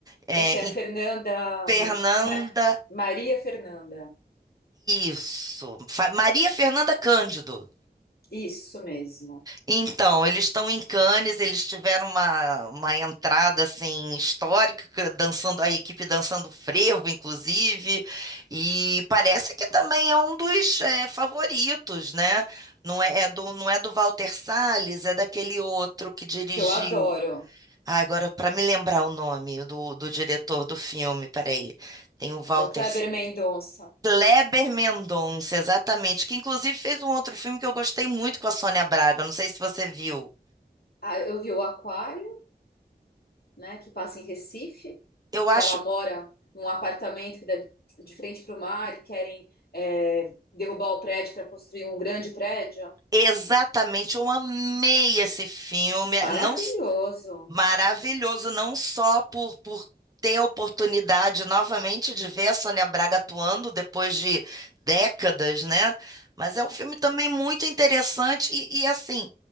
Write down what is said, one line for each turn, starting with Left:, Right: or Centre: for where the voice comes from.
Right: É,
Left: eu sei, a
Right: e
Left: Fernanda,
Right: Fernanda.
Left: hum, Ma- Maria Fernanda,
Right: Isso. Fa- Maria Fernanda Cândido.
Left: isso mesmo,
Right: Então, eles estão em Cannes, eles tiveram uma, uma entrada assim histórica, dançando a equipe dançando frevo, inclusive, e parece que também é um dos eh, favoritos, né? Não é, é do não é do Walter Salles, é daquele outro que dirigiu.
Left: que eu adoro.
Right: Ah, agora para me lembrar o nome do, do diretor do filme, peraí, tem o Walter
Left: É o Kleber Mendonça.
Right: Kleber Mendonça, exatamente, que inclusive fez um outro filme que eu gostei muito com a Sônia Braga, não sei se você viu.
Left: Ah, eu vi o Aquário, né, que passa em Recife,
Right: Eu
Left: que
Right: acho
Left: ela mora num apartamento que dá de frente para o mar e querem é, derrubar o prédio para construir um grande prédio.
Right: exatamente, eu amei esse filme,
Left: Maravilhoso.
Right: é, não s- maravilhoso, não só por, por ter a oportunidade novamente de ver a Sônia Braga atuando depois de décadas, né? Mas é um filme também muito interessante e, e assim,